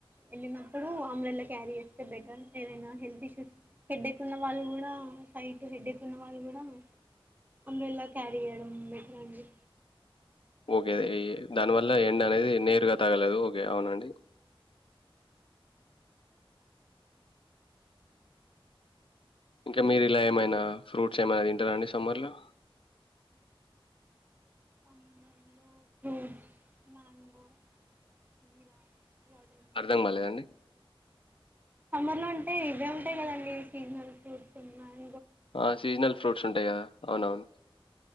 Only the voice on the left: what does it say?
ఓకే అ దానివల్ల ఎండ అనేది నేరుగా తగలదు ఓకే అవునండి ఇంకా మీరు ఇలా ఏమైనా ఫ్రూట్స్ ఏమైనా తింటారా అండి సమ్మర్ లో
అర్ధం కాలేదండి
ఆ సీజనల్ ఫ్రూట్స్ ఉంటాయి కదా అవునవును